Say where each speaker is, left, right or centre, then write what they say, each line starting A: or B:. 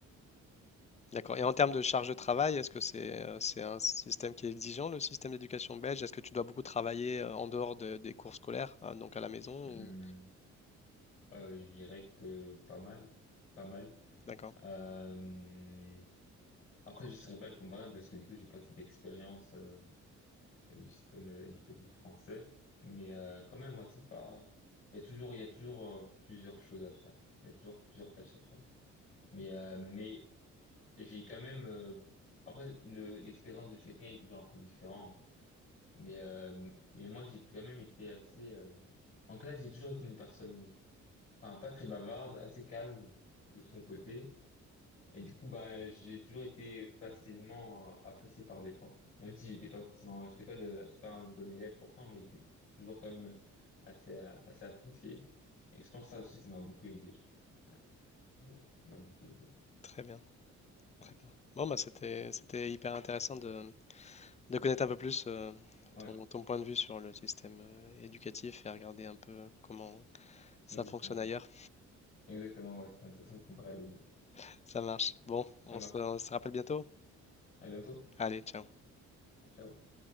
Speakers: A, on the left; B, on the left.
A: D'accord.
B: Donc,
A: Et en termes
B: euh,
A: de charge de travail, est-ce que c'est euh, c'est un système qui est exigeant, le système d'éducation belge? Est-ce que tu dois beaucoup travailler euh, en dehors de- des cours scolaires, euh, donc à la maison
B: hum,
A: ou...
B: euh, je dirais que pas mal, pas mal.
A: D'accord.
B: Euh, après, je saurais pas le comparer parce que du coup, j'ai pas cette expérience. euh, du système euh, éducatif français. Mais euh, quand même, ouais, c'est pas. Il y a toujours, il y a toujours euh, plusieurs choses à faire. Il y a toujours plusieurs tâches à faire. Mais euh, mais j'ai quand même. euh, Après, le l'expérience de chacun est toujours un peu différente. Mais euh, mais moi, j'ai quand même été assez. euh, En classe, j'ai toujours été une personne, enfin, pas très bavarde, assez calme de son côté. Et du coup, bah, j'ai toujours été facilement euh, apprécié par des profs. Même si j'étais pas forcément, j'étais pas le, j'étais pas un bon élève pourtant, mais j'étais toujours quand même assez, euh, assez apprécié. Et je pense que ça aussi, ça m'a beaucoup aidé, je pense. Euh, Ça m'a beaucoup aidé.
A: Très bien,
B: Ouais,
A: très bien. Bon, bah c'était c'était hyper intéressant de, de connaître un peu plus euh,
B: Ouais,
A: ton, ton point de vue sur le système euh, éducatif et regarder un peu comment ça
B: exactement,
A: fonctionne
B: ouais.
A: ailleurs.
B: Exactement, ouais. C'est intéressant de comparer les deux.
A: <laughs> Ça marche. Bon, on
B: Ça marche.
A: se, on se rappelle bientôt.
B: À bientôt.
A: Allez, ciao.
B: Ciao.